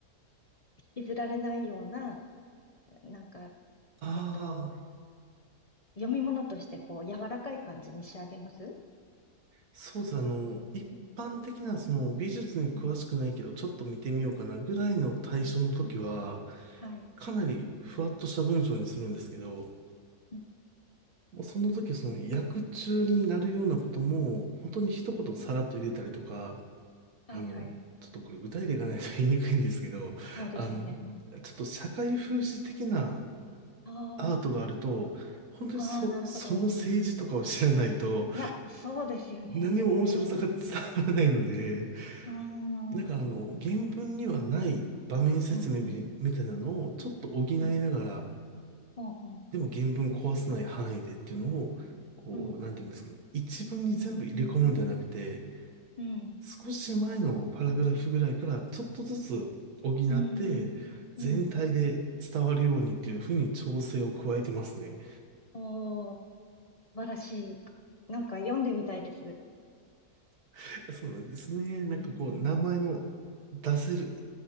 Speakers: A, on the left (about 60°); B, on the right (about 70°).
A: 引きずられないような、なんか、
B: ああ、
A: えっと、読み物としてこう、柔らかい感じに仕上げます
B: そうですね。
A: な
B: あの、一般的なその美術に詳しくないけど、
A: うんうん
B: ちょっと見てみようかなぐらいの対象の時は、
A: うんはい。
B: かなりふわっとした文章にするんですけど、
A: うん。
B: もうその時その役中になるようなことも、本当に一言さらっと入れたりとか、
A: うんはい、
B: あの、
A: はい。
B: ちょっとこれ具体例がないと言いにくいんですけど、
A: そうですよね。
B: あの、
A: うん。
B: ちょっと社会風刺的な
A: あ
B: アートがあると、本当にそ、
A: あ、ああ、なるほど。
B: その政治とかを知らないと、
A: いや、そうですよね。
B: 何も面白さが伝わらないので、
A: うーん。
B: なんかあの、
A: うん、
B: 原文にはない場面説明みみたいなのをちょっと補いながら、
A: うん。うん、うん。ほうほう。
B: でも原文壊さない範囲でっていうのを、こう、
A: うん。
B: なんていうんですかね。一文に全部入れ込むんではなくて、
A: うん、うん、うん、
B: 少し前のパラグラフぐらいからちょっとずつ補って、
A: うん、
B: 全体で伝わるようにっていうふうに調整を加えてますね。
A: うん。おー、素晴らしい。なんか読んでみたいです。
B: <laughs> そうなんですね。なんかこう、
A: うん、
B: 名前の出せる